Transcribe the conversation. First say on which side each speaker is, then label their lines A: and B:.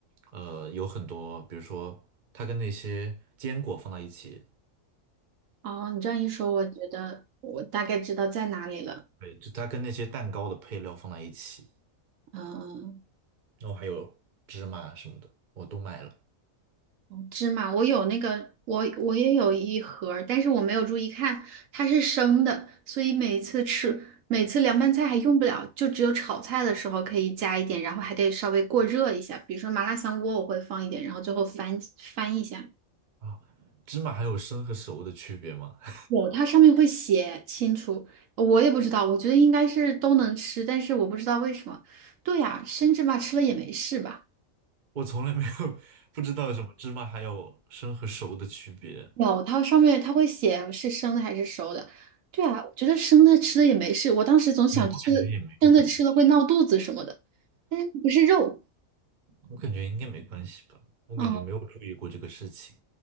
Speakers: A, on the right; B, on the right.
A: 呃有很多，比如说它跟那些坚果放在一起，
B: 哦，你这样一说，我觉得我大概知道在哪里了。
A: 对，就它跟那些蛋糕的配料放在一起，
B: 嗯。
A: 然后还有芝麻什么的，我都买了
B: 芝麻，我有那个，我我也有一盒儿但是我没有注意看，它是生的，所以每次吃，每次凉拌菜还用不了，就只有炒菜的时候可以加一点，然后还得稍微过热一下。比如说麻辣香锅，我会放一点，然后最后翻翻一下。
A: 啊。芝麻还有生和熟的区别吗？<laughs>
B: 有，它上面会写清楚，我也不知道，我觉得应该是都能吃，但是我不知道为什么。对呀，生芝麻吃了也没事吧。
A: 我从来没有不知道什么芝麻还有生和熟的区别。
B: 有，它上面它会写是生的还是熟的。对啊，我觉得生的吃了也没事。我当时总想吃
A: 对，我感觉也没有关系，
B: 生的吃了会闹肚子什么的，但是不是肉。
A: 我感觉应该没关系吧，我感觉没有注意过这个事情。
B: 嗯，